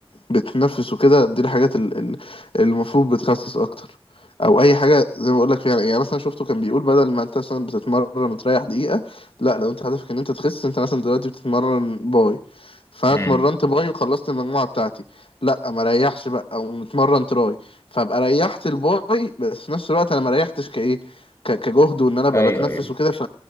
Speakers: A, on the left (about 70°); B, on the left (about 30°).
A: بتتنفس وكده دي الحاجات ال- ال- المفروض بتخسس اكتر او اي حاجه زي ما بقول لك فيها يعني مثلا شفته كان بيقول بدل ما انت مثلا بتتمرن تريح دقيقه لا لو انت هدفك ان انت تخس انت مثلا دلوقتي بتتمرن باي فانا
B: امم
A: اتمرنت باي وخلصت المجموعه بتاعتي لا ما ريحش بقى او متمرن تراي فابقى ريحت الباي بس في نفس الوقت انا ما ريحتش كايه ك- كجهد وان انا ابقى
B: ايوه
A: بتنفس
B: ايوه
A: وكده ف